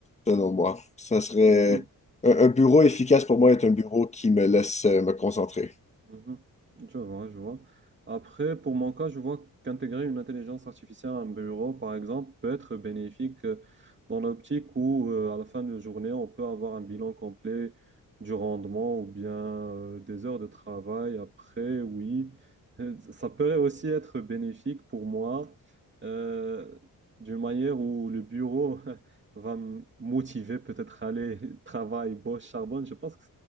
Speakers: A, on the left; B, on the right.
A: selon moi. Ça serait
B: mhm.
A: un, un bureau efficace pour moi est un bureau qui me laisse euh, me concentrer.
B: Mhm. Je vois, je vois. Après, pour mon cas, je vois qu'intégrer une intelligence artificielle à un bureau, par exemple, peut être bénéfique euh, dans l'optique où, euh, à la fin de la journée, on peut avoir un bilan complet du rendement ou bien euh, des heures de travail. Après, oui, Euh, ça peut aussi être bénéfique pour moi euh, d'une manière où le bureau <laughs> va me motiver peut-être à aller <laughs> travailler, bosse, charbonne. Je pense que,